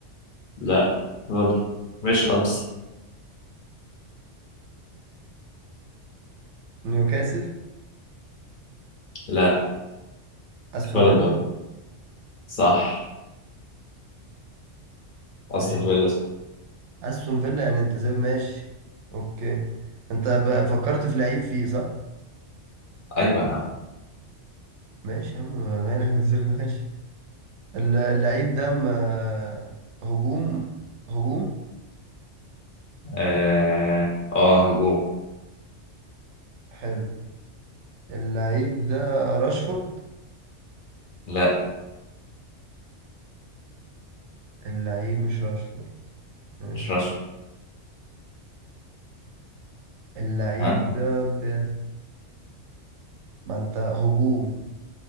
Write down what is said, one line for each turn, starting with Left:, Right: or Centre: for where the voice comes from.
Left: لا غلط مش ارسنال
Right: نيوكاسل
Left: لا
Right: استون
Left: غلط
Right: فيلا
Left: غلط صح اصلا
Right: ماشي
Left: فيلا صح.
Right: استون فيلا يعني انت سايب ماشي اوكي انت ب- فكرت في لعيب فيه صح
Left: ايوه يا عم
Right: ماشي يا عم ما- مالك وزي ما <laughs> ماشي الل- اللعيب ده ما- هجوم هجوم
Left: اه آه، هجوم
Right: حلو اللعيب ده راشفورد
Left: لا
Right: اللعيب مش راشفورد ماشي
Left: مش راشفورد
Right: اللعيب
Left: ها
Right: ده ب... ما انت هجوم